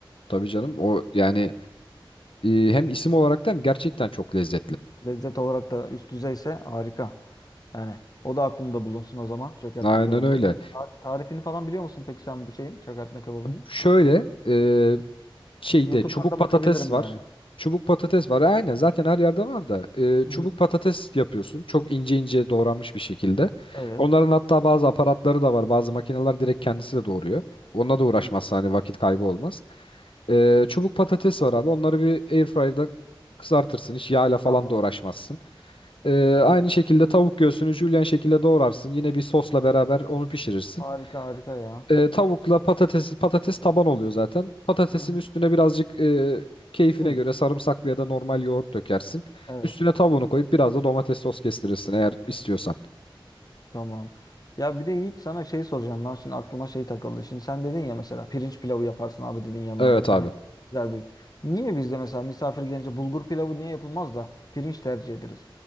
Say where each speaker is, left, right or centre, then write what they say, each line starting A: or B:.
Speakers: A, on the left (about 75°); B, on the left (about 45°).
A: Tabii canım. O yani E, hem isim olarak da hem gerçekten çok lezzetli.
B: Lezzet olarak da üst düzeyse harika. Yani o da aklımda bulunsun o zaman çökertme
A: Aynen
B: kebabı.
A: öyle.
B: Ta- Tarifini falan biliyor musun peki sen bu şeyin çökertme kebabının?
A: Şöyle e, şeyde
B: YouTube'dan
A: çubuk
B: da
A: patates
B: bakabilirim
A: var.
B: yani.
A: Çubuk patates var. Aynen zaten her yerde var da. E, çubuk
B: Hı hı.
A: patates yapıyorsun. Çok ince ince doğranmış bir şekilde.
B: Evet.
A: Onların hatta bazı aparatları da var. Bazı makineler direkt kendisi de doğuruyor. Onunla da uğraşmazsa
B: Hı hı.
A: hani vakit kaybı olmaz. E, çubuk patates var abi. Onları bir airfryer'da kızartırsın. Hiç yağla falan
B: Tamam.
A: da uğraşmazsın. Ee, aynı
B: Hı hı.
A: şekilde tavuk göğsünü jülyen şekilde doğrarsın. Yine bir sosla beraber onu pişirirsin.
B: Harika harika ya.
A: Ee, tavukla patates, patates taban oluyor zaten. Patatesin
B: Hı hı.
A: üstüne birazcık e, keyfine
B: Hı.
A: göre sarımsaklı ya da normal yoğurt dökersin.
B: Evet.
A: Üstüne tavuğunu koyup biraz da domates sos kestirirsin eğer istiyorsan.
B: Tamam. Ya bir de Yiğit sana şey soracağım. Ben şimdi aklıma şey takıldı. Şimdi sen dedin ya mesela pirinç pilavı yaparsın abi dedin yanına
A: Evet
B: bir tane
A: abi.
B: güzel bir. Niye bizde mesela misafir gelince bulgur pilavı niye yapılmaz da pirinç tercih ederiz?